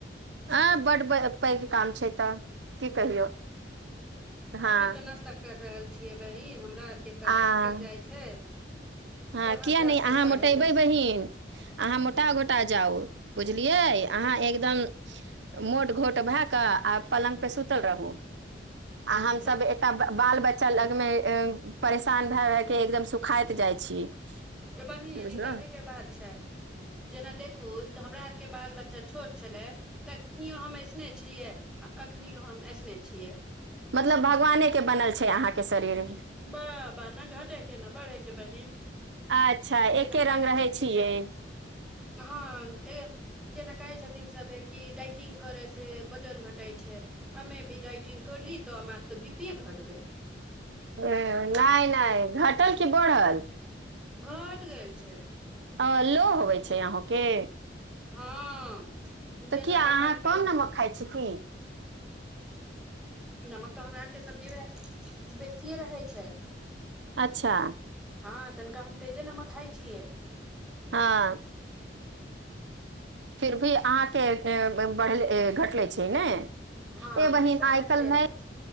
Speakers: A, on the right; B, in the centre.
A: आँ, बड्ड ब पैघ काम छै तऽ। की कहियौ हँ
B: हमे तऽ नास्ता कर रहल छियै बहिन। हमरा के तऽ
A: आ
B: भूख लग जाइ छै।
A: हँ,
B: जहाँ
A: किए
B: दस
A: नहि। अहाँ
B: से साढ़े
A: मोटयबै
B: दस
A: बहीन। अहाँ मोटा-घोटा
B: ब
A: जाउ। बुझलियै? अहाँ एकदम मोट घोट भए कऽ आ पलङ्ग पे सुतल रहू। आ हमसब
B: तऽ
A: एतय बाल-बच्- लगमे अँ परेशान भए-भए के एकदम सुखाइत जाइत छी।
B: ए बहीन,
A: बुझलहु
B: ई कहेके बात छै। जेना देखू तऽ हमरा आरके बाल बच्चा छोट छलै तखनियो हम ऐसने छलियै आ अखनियो हम ऐसने छियै।
A: मतलब भगवाने के बनल छै अहाँके शरीर।
B: बा बा न घटेके न बढ़ेछै बहिन
A: अच्छा
B: जेना
A: एके रंग
B: कहै
A: रहै
B: छथिन
A: छियै
B: सब हँ ऐ जेना कहै छथि थीन सबे कि डाइटिंग करे से वजन घटै छै हमे भी डाइटिंग करली तऽ हमार तऽ बी पी ए घट गैल।
A: ह नहि नहि घटल की बढ़ल?
B: घट गेल छै।
A: अँ लो होवै छै अहूँके?
B: हँ,
A: तऽ
B: जेना
A: किया
B: अगर
A: अहाँ
B: टाइम
A: कम
B: पेन
A: नमक खाइ छी की
B: नमक तऽ हमरा आरके सब्जीमे बेसिए रहै छै।
A: अच्छा।
B: हँ, तनिका हम तेजे नमक खाइ छियै।
A: हँ फिर भी अहाँके ए ब बढ़ ए घटलै। छई ने।
B: हँ
A: ऐ बहिन
B: हमेशा
A: आइ
B: घटले
A: कल नहि
B: रहै छै